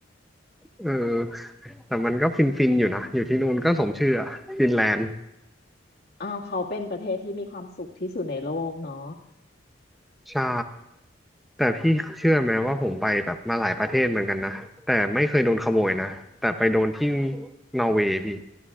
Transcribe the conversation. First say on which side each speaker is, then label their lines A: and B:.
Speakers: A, in the centre; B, on the left.
A: เออแต่มันก็ฟินฟินอยู่นะอยู่ที่นู่นก็สมชื่ออะฟินแลนด์
B: อ้าวเขาเป็นประเทศที่มีความสุขที่สุดในโลกเนาะ
A: ใช่แต่พี่เชื่อไหมว่าผมไปแบบมาหลายประเทศเหมือนกันนะแต่ไม่เคยโดนขโมยนะแต่ไปโดนที่นอร์เวย์พี่